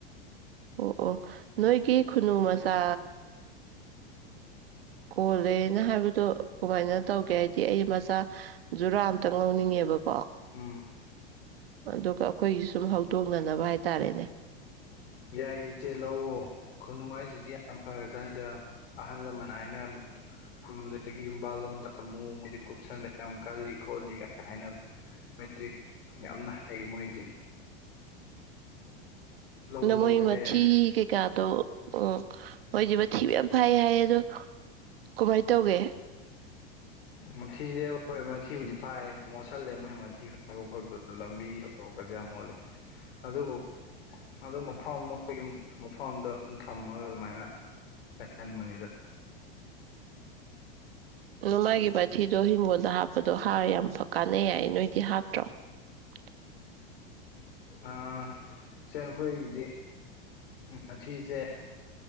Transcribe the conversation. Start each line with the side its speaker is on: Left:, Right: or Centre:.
Right: ꯑꯣ-ꯑꯣ ꯅꯣꯏꯒꯤ ꯈꯨꯅꯨ ꯃꯆꯥ꯫ ꯀꯣꯜꯂꯦꯅ ꯍꯥꯏꯕꯗꯣ ꯀꯃꯥꯏꯅ ꯇꯧꯒꯦ ꯍꯥꯏꯗꯤ ꯑꯩ ꯃꯆꯥ꯫ ꯖꯨꯔꯥ ꯑꯝꯇꯪ ꯂꯧꯅꯤꯡꯉꯦꯕꯀꯣ꯫
Left: ꯎꯝ꯫
Right: ꯑꯗꯨꯒ ꯑꯩꯈꯣꯏꯒꯤ ꯁꯨꯝ ꯍꯧꯗꯣꯡꯅꯅꯕ ꯍꯥꯏꯇꯥꯔꯦꯅꯦ꯫
Left: ꯌꯥꯏ ꯏꯆꯦ ꯂꯋꯣ ꯈꯨꯅꯨꯡ ꯍꯥꯏꯁꯤꯗꯤ ꯌꯥꯝ ꯐ꯭ꯔꯖꯥꯅꯤꯗ꯫ ꯑꯍꯜ ꯂꯃꯟꯅ ꯍꯥꯏꯅꯔꯝꯕꯗꯣ꯫ ꯈꯨꯅꯨꯗꯒꯤ ꯌꯨꯝꯕꯥꯜ ꯂꯣꯟꯗ ꯑꯃꯨꯛ ꯃꯣꯏꯗꯤ ꯀꯨꯞꯁꯟꯕ ꯌꯥꯝ ꯀꯜꯂꯤ ꯈꯣꯠꯂꯤ ꯒꯥꯏ ꯍꯥꯏꯅꯕ꯫ <inaudible> ꯌꯥꯝꯅ ꯍꯩ ꯃꯣꯏꯗꯤ꯫ ꯂꯧ
Right: ꯑꯗꯣ
Left: ꯂꯧ
Right: ꯃꯣꯏ
Left: ꯏꯆꯦ
Right: ꯃꯤ꯭ꯊꯤ
Left: ꯌꯥꯅꯤ
Right: ꯀꯩꯀꯥꯗꯣ꯫ ꯑꯣ ꯃꯣꯏꯗꯤ ꯃꯊꯤꯕ ꯃꯌꯥꯝ ꯐꯥꯏ ꯍꯥꯏꯌꯦ ꯑꯗꯣ ꯀꯃꯥꯏꯅ ꯇꯧꯒꯦ꯫
Left: ꯃꯊꯤꯁꯦ ꯍꯣꯏ ꯃꯊꯤꯕꯨꯗꯤ ꯐꯥꯏ ꯃꯣꯠꯁꯤꯜꯂꯦ ꯃꯣꯏ ꯃꯊꯤ ꯐꯥꯕ ꯈꯣꯠꯄꯗ ꯂꯝꯕꯤ꯫ ꯁꯣꯔꯣꯛꯀꯁꯤ ꯌꯥꯝ ꯃꯣꯠꯜꯂꯤ ꯑꯗꯨꯕꯨ꯫ ꯑ ꯃꯐꯝ ꯃꯣꯏꯒꯤ ꯃꯐꯝꯗ ꯑꯗꯨꯝ ꯊꯝꯃꯒ ꯑꯗꯨꯃꯥꯏꯅ ꯂꯩꯍꯟꯕꯅꯤꯗ꯫
Right: ꯑꯗꯣ ꯃꯥꯒꯤ ꯃꯊꯤꯗꯣ ꯍꯤꯡꯒꯣꯜꯗ ꯍꯥꯞꯄꯗꯣ ꯍꯥꯔ ꯌꯥꯝ ꯀꯥꯟꯅꯩ ꯌꯥꯏꯌꯦ ꯅꯣꯏꯗꯤ ꯍꯥꯞꯇ꯭ꯔꯣ꯫ <unintelligible>
Left: ꯑꯥ ꯏꯆꯦ ꯑꯩꯈꯣꯏꯒꯤꯗꯤ꯫ ꯃꯥꯊꯤꯖꯦ꯫